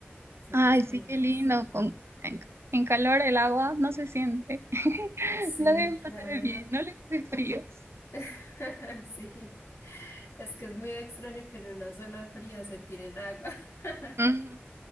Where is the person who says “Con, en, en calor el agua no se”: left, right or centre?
Right